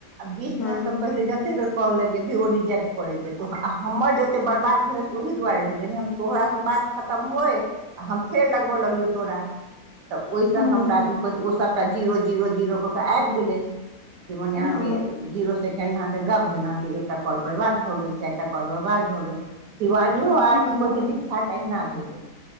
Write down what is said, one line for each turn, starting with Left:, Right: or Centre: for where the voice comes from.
Right: बीस
Left: हँ
Right: मिनेटसँ पहिले। कते बेर लगेबै भी, ओ रिजेक्ट करैत जेतहु, आ हमर जते बर्बाद भेलै से ओहि दुआरे भेलै ने हम। तोरासँ बात खतम होए। आ हम फेर लगबऽ लगियौ तोरा तऽ ओहि सँ
Left: हँ
Right: हमरा औ, सभकेँ जीरो जीरो कऽ कऽ आबि गेलै, मने अहाँकेँ
Left: ओ
Right: जीरो। अहाँके गप्प भेल, अहाँके एकटा कॉल बर्बाद भऽ गेल, चारि टा कॉल बर्बाद भऽ गेल। शिवानियो आओर
Left: ओ ओ
Right: की कोइ छै, दीक्षा आहिना भेलै?